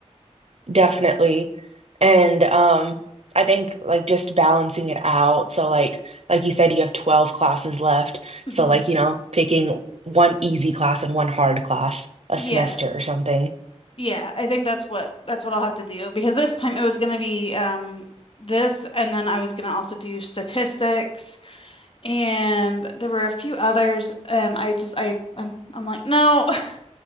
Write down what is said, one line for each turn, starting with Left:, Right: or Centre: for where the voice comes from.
Right: Definitely. And um I think like just balancing it out. So like like you said you have 12 classes left.
Left: Mhm.
Right: So like, you know, taking one easy class and one hard class a
Left: Yeah.
Right: semester or something.
Left: Yeah. I think that's what that's what I'll have to do because this time it was gonna be um this and then I was gonna also do statistics and there were a few others and I just I I'm, I'm like no <laughs>